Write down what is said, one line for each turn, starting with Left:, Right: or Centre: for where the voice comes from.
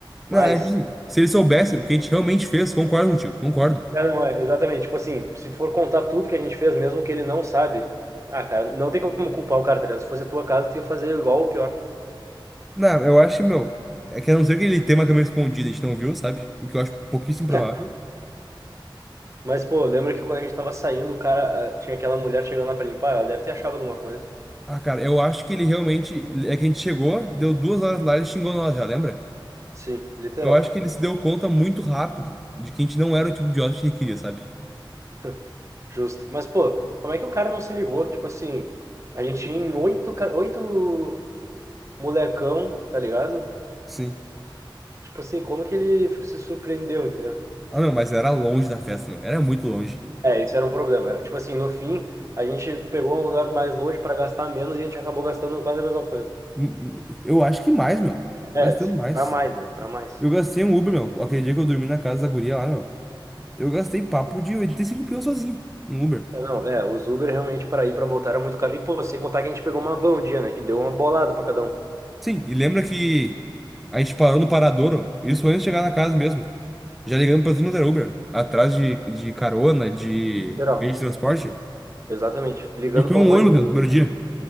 Right: Mas,
Centre: Não, é tipo assim. Se eles soubessem o que a gente realmente fez, concordo contigo, concordo.
Right: é, não, é, exatamente, tipo assim, se for contar tudo que a gente fez, mesmo que ele não sabe, ah, cara, não tem como culpar o cara, tá ligado? Se fosse a tua casa, tu ia fazer igual ou pior.
Centre: Não, eu acho, que, meu. É que a não ser que ele tenha uma câmera escondida, a gente não viu, sabe? O que eu acho pouquíssimo provável.
Right: <laughs> Mas, pô, lembra que quando a gente tava saindo, o cara, ah, tinha aquela mulher chegando lá pra limpar, ela deve ter achado alguma coisa.
Centre: Ah, cara, eu acho que ele realmente. É que a gente chegou, deu duas horas lá, e ele xingou nós já, lembra?
Right: Sim, literal.
Centre: Eu acho que ele se deu conta muito rápido de que a gente não era o tipo de hóspede que ele queria, sabe?
Right: <laughs> Justo. Mas, pô, como é que o cara não se ligou? Tipo assim, a gente tinha em oito, ca- oito molecão, tá ligado?
Centre: Sim.
Right: Tipo assim, como que ele se surpreendeu, entendeu?
Centre: Ah, não, mas era longe da festa, meu. Era muito longe.
Right: É, isso era um problema. Era, tipo assim, no fim, a gente pegou um lugar mais longe para gastar menos e a gente acabou gastando quase a mesma coisa.
Centre: Hum, hum, Eu acho que mais, meu.
Right: É,
Centre: Gastamos
Right: se para
Centre: mais.
Right: mais, né? Para mais.
Centre: Eu gastei um Uber, meu. Aquele dia que eu dormi na casa da guria lá, meu. Eu gastei papo de 85 pila sozinho no Uber.
Right: É, não, é, os Uber realmente para ir para voltar era muito caro. E pô, sem contar que a gente pegou uma van um dia, né? Que deu uma bolada para cada um.
Centre: Sim, e lembra que a gente parou no Paradouro, isso antes de chegar na casa mesmo. Já ligamos para tudo quanto era Uber, atrás de, de carona, de
Right: Literal.
Centre: meio de transporte.
Right: Exatamente. Ligando
Centre: A gente pegou
Right: para um
Centre: um
Right: monte
Centre: ônibus
Right: de
Centre: no
Right: gente.
Centre: primeiro dia.